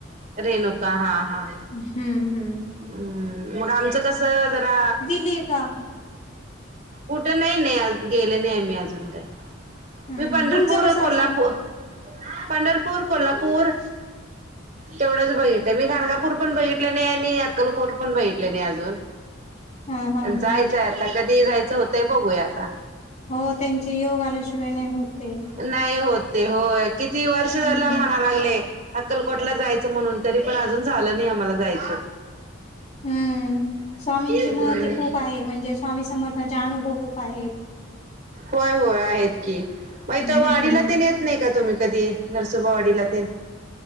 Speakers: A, on the right; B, on the left.
A: रेणुका हा हा.
B: हम्म हम्म
A: हम्म. मग आमचं कसं जरा
B: आलीये का?
A: कुठं नाही, नाही गेले नाहीये मी अजून काय.
B: हम्म.
A: मी पंढरपूर
B: तुमचं कसं
A: कोल्हापू
B: असतं?
A: पंढरपूर, कोल्हापूर तेवढंच बघितलंय. मी गाणगापूर पण बघितले नाही आणि अक्कलकोट पण बघितले नाही अजून.
B: हां हां हां.
A: जायचंय आता. कधी जायचं होतंय बघूया आता.
B: हो त्यांचे योग आल्याशिवाय नाही होतं. ते.
A: नाही होत ते होय. किती वर्ष झालं
B: हम्म.
A: अम्हणा लागलेय. अक्कलकोटला जायचं म्हणून. तरी पण अजून झालं नाही आम्हाला जायचं.
B: हम्म स्वामींची महती
A: हम्म
B: खूप आहे. म्हणजे स्वामी समर्थांचा अनुभव खूप आहेत.
A: होय होय आहेत की, म हिथ
B: हम्म.
A: वाडीला ते नेत नाही का तुम्ही कधी. नरसोबा वाडीला ते?